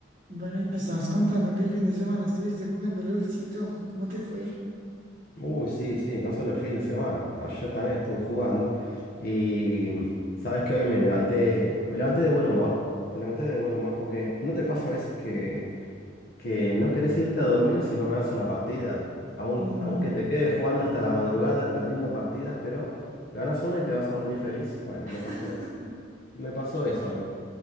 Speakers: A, on the right (about 40°); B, on the left (about 50°).
A: Bueno, y me estabas contando que el fin de semana estuviste jugando LOLcito. ¿Cómo te fue?
B: Uy, sí, sí, no solo el fin de semana. Ayer también estuve jugando y mm, sabes que hoy me levanté, me levanté de buen humor. Me levanté de buen humor porque no te pasa a veces que, que no querés irte a dormir si no ganas una partida. Aun,
A: Ujú.
B: aunque te quedes jugando hasta la madrugada, perdiendo partidas, pero ganas una y te vas a dormir feliz. Bueno,
A: <laughs>
B: me pasó eso. Me pasó eso a mí.